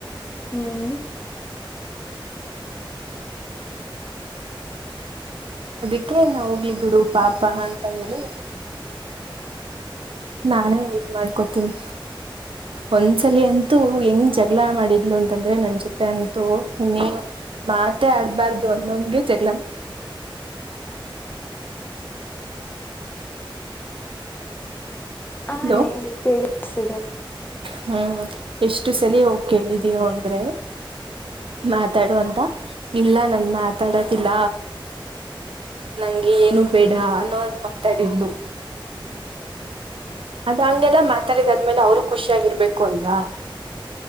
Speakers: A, on the left; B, on the right.
A: ಹ್ಮ್
B: ಅದಿಕ್ಕ ನಾ ಹೋಗ್ಲಿ ಬಿಡು ಪಾಪ್ ಪ್ಪಾ ಅಂತ ಹೇಳಿ ನಾನೇ ಇದ್ ಮಾಡ್ಕೋತೀನಿ ಒಂದ್ಸಲಿ ಅಂತೂ ಹೆಂಗ್ ಜಗ್ಗಳ ಮಾಡಿದ್ಲು ಅಂತಂದ್ರೆ ನನ್ ಜೊತೆ ಅಂತೂ ಇನ್ನೇನು ಮಾತೇ ಆಡ್ಬಾರ್ದು ಅಂದೊಂದ್ಗೆ ಜಗ್ಗಳ
A: ಹ
B: ಹಲೋ
A: ಹೇಳಿ ಕೇಳಿ ಸಿದೆ <inaudible>
B: ಹ್ಮ್ ಎಷ್ಟು ಸಲಿ ಹೋಗ್ ಕೇಳಿದೀವಿ ಅಂದ್ರೆ ಮಾತಾಡು ಅಂತ ಇಲ್ಲ ನನ್ ಮಾತಾಡದಿಲ್ಲ ನಂಗೆ ಏನು ಬೇಡ ಅನ್ನೋಗ್ ಮಾತಾಡಿದ್ಲು ಅದ ಹಂಗೆಲ್ಲ ಮಾತಾಡಿದಾದ್ಮೇಲೆ ಅವರು ಖುಷಿ ಆಗಿರ್ಬೇಕು ಅಲ್ವಾ